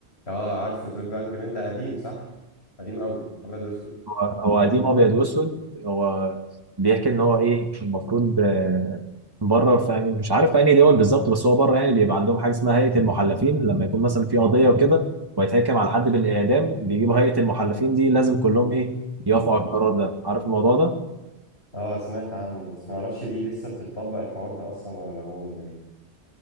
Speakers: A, on the left; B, on the right.
A: اه عارفه 12 انجري مان ده قديم صح قديم قوي ابيض واسود
B: هو هو قديم ابيض واسود هو بيحكي ان هو ايه المفروض آه، بره في يعني مش عارف في انهي دول بالظبط بس هو بره يعني بيبقى عندهم حاجه اسمها هيئه المحلفين لما يكون مثلا في قضيه وكده ويتحكم على حد بالاعدام بيجيبوا هيئه المحلفين دي لازم كلهم ايه يوافقوا على القرار ده عارف الموضوع ده
A: اه سمعت عنه بس ما اعرفش دي لسه بتطبق الحوار ده اصلا ولا لغوه ولا ايه